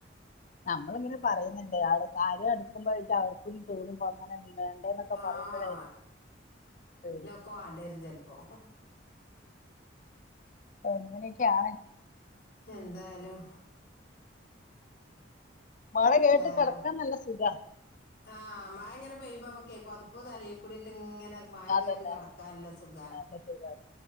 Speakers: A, on the left; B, on the left.
A: നമ്മളിങ്ങനെ പറയുന്നുണ്ട് ആ കാര്യം അടുക്കുമ്പോയിട്ട് അവർക്കും തോന്നും അപ്പൊ അങ്ങനെ വേണ്ട എന്നൊക്കെ
B: ആഹ്
A: പറയുമ്പഴായിരിക്കും പേടി
B: ഒക്കെ വാണ്ടി വരും ചെലപ്പോ
A: അങ്ങനെയൊക്കെ ആണ്
B: എന്തായാലും
A: മഴ കേട്ട്
B: വേറെ
A: കെടക്കാൻ നല്ല സുഖാ
B: ആഹ് മഴങ്ങനെ പെയ്യുമ്പോ നമ്മക്ക് പൊതപ്പ് തലീ കൂടെഇട്ട് ഇങ്ങനെ മഴ
A: അതന്നെ
B: കേട്ട് കിടക്കാൻ നല്ല സുഖാണ്
A: നല്ല സുഖാണ്